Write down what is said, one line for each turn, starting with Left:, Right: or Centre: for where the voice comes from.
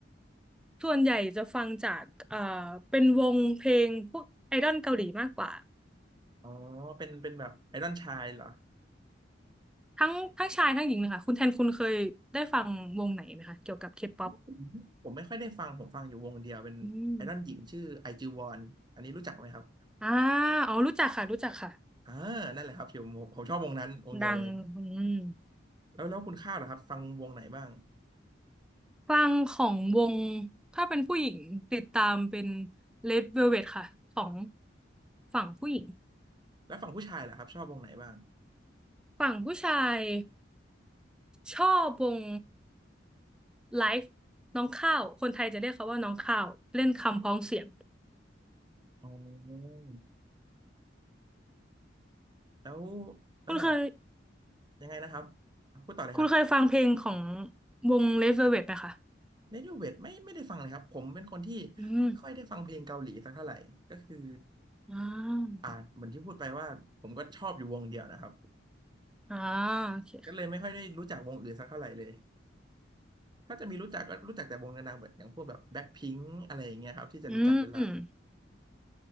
Centre: ส่วนใหญ่จะฟังจากเอ่อเป็นวงเพลงพวกไอดอลเกาหลีมากกว่า
Right: อ๋อเป็นเป็นแบบไอดอลชายเหรอ
Centre: ทั้งทั้งชายทั้งหญิงเลยค่ะคุณแทนคุณเคยได้ฟังวงไหนไหมคะเกี่ยวกับเคป๊อป
Right: อืมผมไม่ค่อยได้ฟัง ผมฟังอยู่วงเดียวเป็นไอดอลหญิงชื่อไอจิวอนอันนี้รู้จักไหมครับ
Centre: อืมอ่าอ๋อรู้จักค่ะรู้จักค่ะ
Right: อ่านั่นแหละครับผมผมชอบวงนั้นวงเดียวเลย
Centre: ดังอืม
Right: แล้วแล้วคุณข้าวเหรอครับฟังวงไหนบ้าง
Centre: ฟังของวงถ้าเป็นผู้หญิงติดตามเป็น Red Velvet ค่ะของฝั่งผู้หญิง
Right: แล้วฝั่งผู้ชายเหรอครับชอบวงไหนบ้าง
Centre: ฝั่งผู้ชายชอบวงไลฟ์น้องข้าวคนไทยจะเรียกเขาว่าน้องข้าวเล่นคำพ้องเสียง
Right: อ๋อแล้วแล้วแบบ
Centre: คุณเคย
Right: ยังไงนะครับอ่ะพูดต่อเลยครับ
Centre: คุณเคยฟังเพลงของวง Red Velvet ไหมคะ
Right: เรดิโอเวทไม่ไม่ได้ฟังเลยครับผมเป็นคนที่ไม่ค่อยได้ฟังเพลงเกาหลีสักเท่าไหร่ก็คือ
Centre: อืมอ่
Right: อ่าเหมือนที่พูดไปว่าผมก็ชอบอยู่วงเดียวนะครับ
Centre: าอ่าโอเคค่ะ
Right: ก็เลยไม่ค่อยได้รู้จักวงอื่นสักเท่าไหร่เลย ถ้าจะมีรู้จักก็รู้จักแต่วงดังๆแบบอย่างพวกแบบแบ็คพิงค์อะไรอย่างเงี้ยครับที่จะรู้จักเป็นหลัก
Centre: อืม